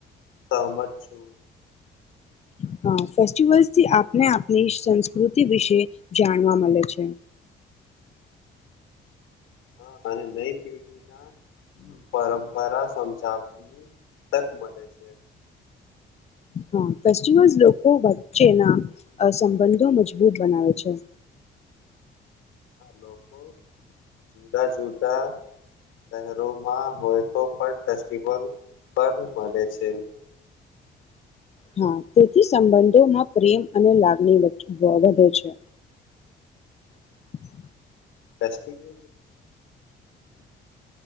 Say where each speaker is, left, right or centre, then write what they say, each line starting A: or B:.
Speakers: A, on the left; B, on the left.
A: સહમત છું.
B: હ ફેસ્ટિવલ્સથી આપને આપની સંસ્કૃતિ વિશે જાણવા મળે છે.
A: હા અને નઈ પેઢી ના પરંપરા સમજાવની તક મળે છે.
B: હમ્મ ફેસ્ટિવલ્સ લોકો વચ્ચેના સંબંધો મજબૂત બનાવે છે.
A: લોકો જુદા જુદા શહેરોમાં હોય તો પણ ફેસ્ટિવલ પર મળે છે.
B: હા તેથી સંબંધોમાં પ્રેમ અને લાગણી વધે છે. <inaudible>
A: પ્લાસ્ટિક. <inaudible>